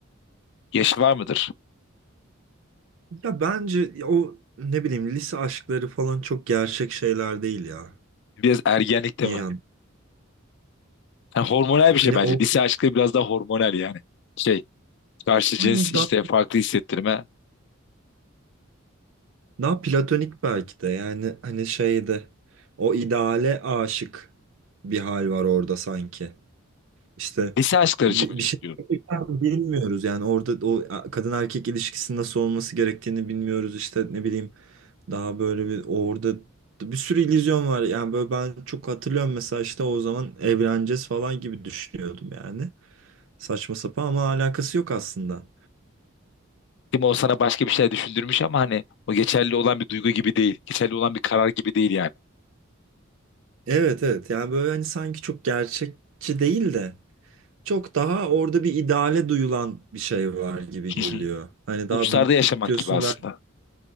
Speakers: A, on the left; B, on the right.
A: Yaşı var mıdır?
B: Ya bence ya o ne bileyim lise aşkları falan çok gerçek şeyler değil ya.
A: Biraz ergenlikte
B: Bir
A: mi?
B: yan.
A: Yani hormonal bir
B: Hani
A: şey bence.
B: o
A: Lise aşkı biraz daha hormonal yani. Şey karşı
B: hani
A: cins işte
B: daha
A: farklı hissettirme.
B: daha platonik belki de yani hani şeyde o ideale aşık bir hal var orada sanki. İşte
A: Lise aşkları
B: bir,
A: için mi diyorsun
B: bir şey
A: diyorum.
B: gerçekten bilmiyoruz yani orada o kadın erkek ilişkisinin nasıl olması gerektiğini bilmiyoruz işte ne bileyim daha böyle bir orada bir sürü illüzyon var yani böyle ben çok hatırlıyorum mesela işte o zaman evleneceğiz falan gibi düşünüyordum yani saçma sapan ama alakası yok aslında.
A: Değil mi? O sana başka bir şey düşündürmüş ama hani o geçerli olan bir duygu gibi değil. Geçerli olan bir karar gibi değil yani.
B: Evet evet yani böyle hani sanki çok gerçekçi değil de çok daha orada bir ideale duyulan bir şey var gibi
A: <laughs>
B: geliyor. Hani daha
A: Uçlarda
B: büyük
A: yaşamak
B: istiyorsun
A: gibi aslında.
B: ben